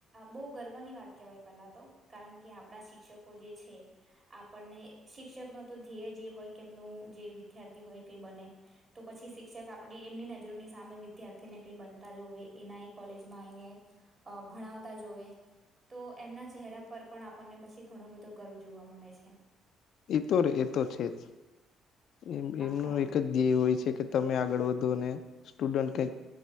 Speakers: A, on the right; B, on the left.
A: બોવ ગર્વની વાત કેહેવાય પહેલા તો કારણ કે આપણા શિક્ષકો જે છે, આપણને શિક્ષકનો તો ધ્યેય જે હોય કે એમનું જે વિદ્યાર્થી હો ય કય બને તો પછી શિક્ષક આપડી એમની નજરોની સામે વિદ્યાર્થીને કે બનતા જોએ કોલેજમાં એનાય અ ભણાવતા જોવે તો એમના ચ હેરા પર પણ આપણને પછી ઘણો બધો ગર્વ જોવા મળે છે.
B: એતો રે એ તો છે, જ એમ એમનો
A: આહા
B: એક જ ધ્યેય હોય છે. કે તમે આગળ વધો ને સ્ટુડન્ટ કઈક